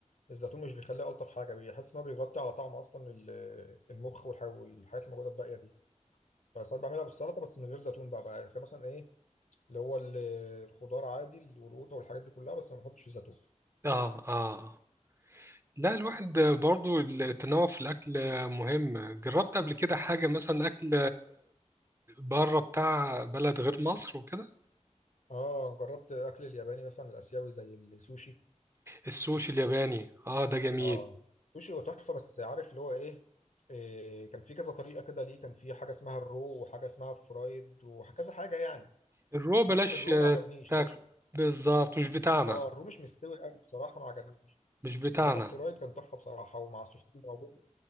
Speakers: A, on the left (about 75°); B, on the right (about 20°).
A: الزيتون مش بيخليها الطف حاجه بيحس ان هو بيغطي على طعم اصلا ال- المخ والح- والحاجات اللي موجوده الباقيه دي فساعات بعملها بالسلطه بس من غير زيتون بقى بقى يعني مثلا ايه اللي هو ال- الخضار عادي والقوطه والحاجات دي كلها بس ما بحطش زيتون
B: اه اه آه. لا الواحد برضو التنوع في الأكل مهم جربت قبل كده حاجة مثلا أكل بره بتاع بلد غير مصر وكده
A: اه جربت اكل الياباني مثلا الاسيوي زي السوشي
B: السوشي الياباني اه ده جميل
A: اه سوشي هو تحفه بس عارف اللي هو ايه إيه، كان في كذا طريقه كده ليه كان في حاجه اسمها الرو وحاجه اسمها فرايد وكذا حاجه يعني
B: الرو بلاش
A: بص الرو ما عجبنيش
B: تاكل
A: ده مش
B: بالظبط مش بتاعنا
A: اه الرو مش مستوي قوي بصراحه ما عجبنيش
B: مش بتاعنا
A: انما الفرايد كان تحفه بصراحه ومع الصوصات اللي موجوده